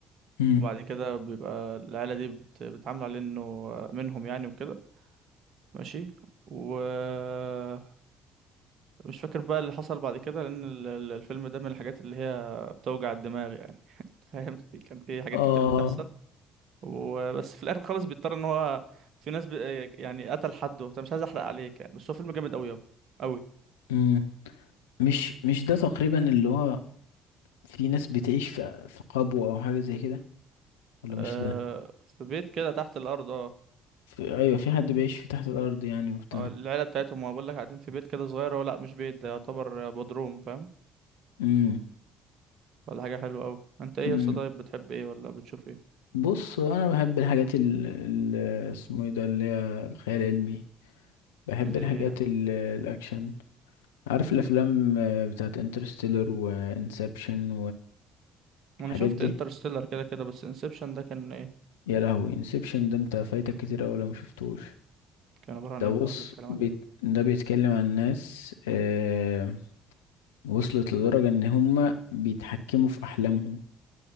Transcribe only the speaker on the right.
وبعد كده بيبقى العيله دي بت- بتعامله على انه منهم يعني وكده ماشي ومش فاكر بقى اللي حصل بعد كده لأن ال- ال- الفيلم ده من الحاجات اللي هي بتوجع الدماغ يعني <laughs> فاهم في كان في حاجات
كتير بتحصل وبس في الآخر خالص بيضطر إن هو في ناس ب... يعني قتل حد وبتاع مش عايز أحرق عليك يعني بس هو فيلم جامد أوي أهو أوي
أه
في بيت كده تحت الأرض اه
آه، العيلة بتاعتهم ما بقول لك قاعدين في بيت كده صغير هو لأ مش بيت ده يعتبر بدروم فاهم
ولا حاجة حلوة أوي أنت إيه
يا اسطى طيب بتحب إيه ولا بتشوف إيه
زي
إيه يعني
ما
انا شفت
انترستيلر كده كده بس انسبشن ده كان ايه
كان عبارة عن
ايه
ده ولا بيتكلم
عن ايه